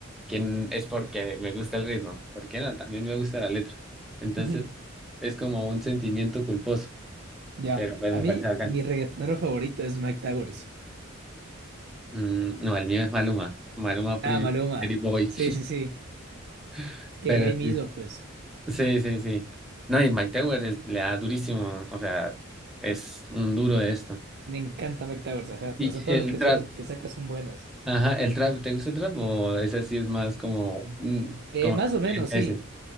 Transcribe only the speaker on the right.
Ujú.
Ya,
a
mí
mi reggaetonero favorito es Mike Towers.
Ah, Maluma.
Sí, sí, sí.
Es que
de ahí mismo, pues,
me encanta Mike Towers, ajá.
O sea, todas
las canciones
que saca son buenas.
Eh,
más
o
menos, sí.